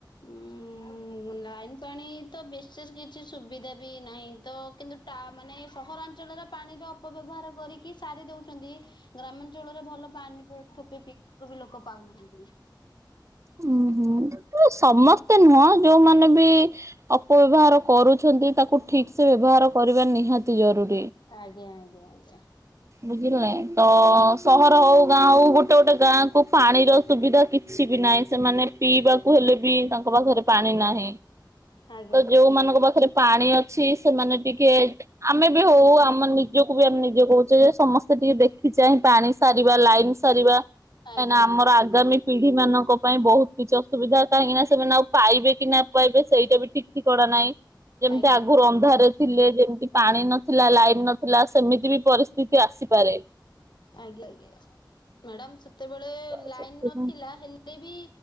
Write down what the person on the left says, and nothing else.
ଉ ଲାଇନ୍ ପାଣି ତ ବିଶେଷ କିଛି ସୁବିଧା ବି ନାହିଁ ତ କିନ୍ତୁ ଟ ମାନେ ସହରାଅ ଞ୍ଚଳର ପାଣିର ଅପ ବ୍ୟବହାର କରିକି ସାରିଦଉଛନ୍ତି ଗ୍ରାମାଞ୍ଚଳରେ ଭଲ ପାଣି ପର ଠୋପେ ପିଇବାକୁ ବି ଲୋକ ପାଉନାହାନ୍ତି।
ଆଜ୍ଞା ଆଜ୍ଞା ଆଜ୍ଞା।
ଆଜ୍ଞା
ଆଜ୍ଞା।
ଆଜ୍ଞା ଆଜ୍ଞା
ଆଜ୍ଞା
ଆଜ୍ଞା ଆଜ୍ଞା ମ୍ୟାଡାାମ ସେତେବେଳେ
ଲାଇନ ନଥିଲା ହେଲେ ବି